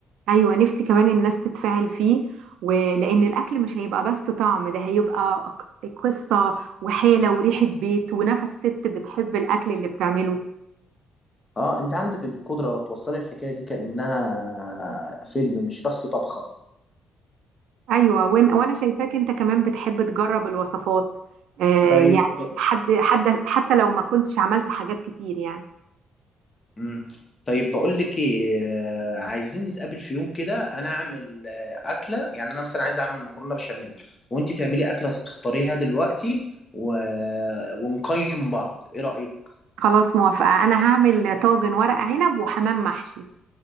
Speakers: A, on the right (about 80°); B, on the left (about 30°).
A: ايوه نفسي كمان الناس تتفاعل فيه ولان الاكل مش هيبقى بس طعم ده هيبقى ق- قصه وحاله وريحه بيت ونفس ست بتحب الاكل اللي بتعمله
B: اه انت عندك القدرة توصلي الحكاية دي كأنها فيلم مش بس طبخة
A: ايوه وإن- وانا شايفاك انت كمان بتحب تجرب الوصفات آه
B: طيب
A: يعني حد حد حتى لو ما كنتش عملت حاجات كتير يعني
B: مم. طيب بقول لك ايه آه، عايزين نتقابل في يوم كده انا اعمل آه، اكله يعني انا مثلا عايز اعمل مكرونه بشاميل وانت تعملي اكله اختاريها دلوقتي و... ونقيم بعض ايه رايك
A: خلاص موافقة انا هعمل طاجن ورق عنب وحمام محشي